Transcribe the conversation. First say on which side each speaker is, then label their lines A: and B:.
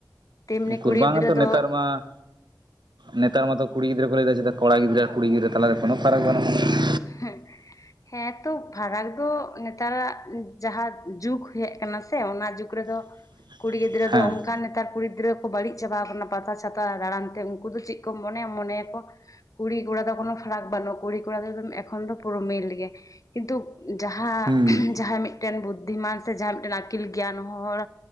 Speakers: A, on the left; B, on the right.
A: ᱛᱮᱢᱱᱤ
B: ᱩᱠᱩᱨ
A: ᱠᱩᱲᱤ
B: ᱵᱟᱝᱟ
A: ᱜᱤᱫᱽᱨᱟᱹ
B: ᱛᱚ ᱱᱮᱛᱟᱨ
A: ᱫᱚ
B: ᱢᱟ ᱱᱮᱛᱟᱨ ᱢᱟᱛᱚ ᱠᱩᱲᱤ ᱜᱤᱫᱽᱨᱟᱹ ᱠᱚ ᱞᱟᱹᱭ ᱮᱫᱟ ᱪᱮᱛᱟ ᱠᱚᱲᱟ ᱜᱤᱫᱽᱨᱟᱹ ᱠᱩᱲᱤ ᱜᱤᱫᱽᱨᱟᱹ ᱛᱟᱞᱟ ᱨᱮ ᱠᱚᱱᱳ ᱯᱷᱟᱨᱟᱠ ᱵᱟᱹᱱᱩᱜ ᱟ
A: ᱦᱮᱸ ᱦᱮᱸ ᱛᱚ ᱯᱷᱟᱨᱟᱠ ᱫᱚ ᱱᱮᱛᱟᱨᱼᱟᱜ ᱡᱟᱦᱟᱸ ᱡᱩᱜ ᱦᱮᱡ ᱠᱟᱱᱟ ᱥᱮ ᱚᱱᱟ ᱡᱩᱜ ᱨᱮᱫᱚ
B: <unintelligible>
A: ᱠᱩᱲᱤ ᱜᱤᱫᱽᱨᱟᱹ
B: ᱦᱮᱸ
A: ᱫᱚ ᱚᱠᱟ ᱱᱮᱛᱟᱨ ᱠᱩᱲᱤ ᱜᱤᱫᱽᱨᱟᱹ ᱠᱚ ᱵᱟᱹᱲᱤᱡ ᱪᱟᱵᱟᱣ ᱠᱟᱱᱟ ᱯᱟᱛᱟ ᱪᱷᱟᱛᱟ ᱫᱟᱸᱬᱟᱱ ᱛᱮ ᱩᱱᱠᱩ ᱫᱚ ᱪᱮᱫ ᱠᱚ ᱢᱚᱱᱮᱭᱟ ᱢᱚᱱᱮᱭᱟᱠᱚ ᱠᱩᱲᱤ ᱠᱚᱲᱟ ᱫᱚ ᱠᱚᱱᱳ ᱯᱷᱟᱨᱠ ᱵᱟᱹᱱᱩᱜ ᱠᱩᱲᱤ ᱠᱚᱲᱟ ᱫᱚ ᱮᱠᱷᱱ ᱫᱚ ᱯᱩᱨᱟᱹ ᱢᱤᱞ ᱜᱮ ᱠᱤᱱᱛᱩ ᱡᱟᱦᱟᱸ
B: ᱦᱩᱸ
A: ᱡᱟᱦᱟᱸᱭ ᱢᱤᱫᱴᱮᱱ ᱵᱩᱫᱽᱫᱷᱤᱢᱟᱱ ᱥᱮ ᱡᱟᱦᱟᱸᱭ ᱢᱤᱫᱴᱮᱱ ᱟᱹᱠᱤᱞ ᱜᱮᱭᱟᱱ ᱦᱚᱲ